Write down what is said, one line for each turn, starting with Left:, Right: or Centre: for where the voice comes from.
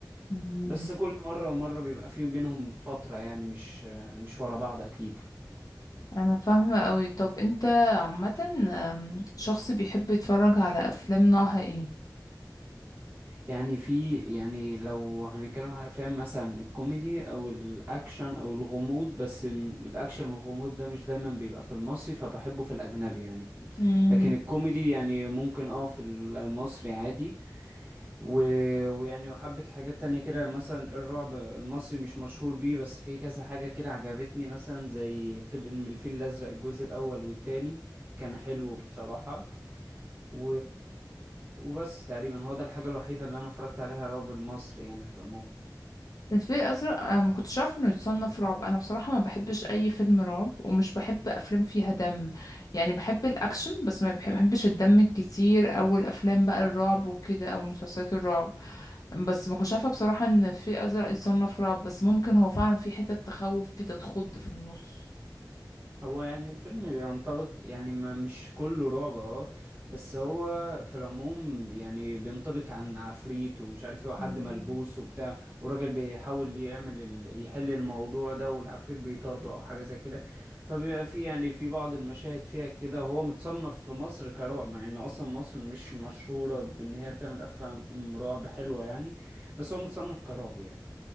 Left: مم.
Right: بس كل مرة ومرة بيبقى في بينهم فترة يعني مش آه، مش ورا بعض أكيد
Left: انا فاهمة قوي طب انت عامة آم، شخص بيحب يتفرج على افلام نوعها ايه
Right: يعني في يعني لو هنتكلم على الافلام مثلا الكوميدي او الاكشن او الغموض بس م- الاكشن والغموض ده مش دايما بيبقى في المصري فبحبه في الاجنبي يعني
Left: مم.
Right: لكن الكوميدي يعني ممكن اه في المصري عادي و... ويعني وحبة حاجات تانية كده مثلا الرعب المصري مش مشهور بيه بس في كذا حاجة كده عجبتني مثلا زي فيلم الفيل الازرق الجزء الاول والتاني كان حلو بصراحة و وبس تقريبا هو ده الحاجة الوحيدة اللي انا اتفرجت عليها رعب المصري يعني في العموم
Left: الفيل الأزرق أنا ما كنتش عارفة إنه يتصنف رعب أنا بصراحة ما بحبش أي فيلم رعب ومش بحب أفلام فيها دم يعني بحب الأكشن بس ما بحب- بحبش الدم الكتير أو الأفلام بقى الرعب وكده أو مسلسلات الرعب بس ما كنتش عارفة بصراحة إن الفيل الأزرق يتصنف رعب بس ممكن هو فعلا في حتة تخوف كده تخض في النص
Right: هو يعني الفيلم بينطبق يعني ما مش كله رعب اه بس هو في العموم يعني بينطبق عن عفريت ومش عارف ايه وحد
Left: مم.
Right: ملبوس وبتاع والراجل بيحاول يعمل ال... يحل الموضوع ده والعفريت بيطارده او حاجة زي كده فبيبقى في يعني في بعض المشاهد فيها كده هو متصنف في مصر كرعب مع ان اصلا مصر مش مشهورة بان هي بتعمل افلام رعب حلوة يعني بس هو متصنف كرعب يعني